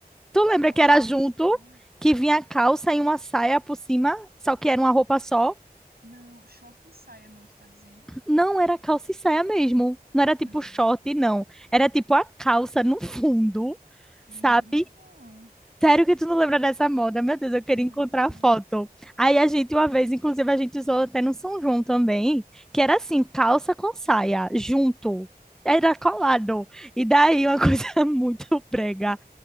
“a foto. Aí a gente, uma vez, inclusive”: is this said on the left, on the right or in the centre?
Centre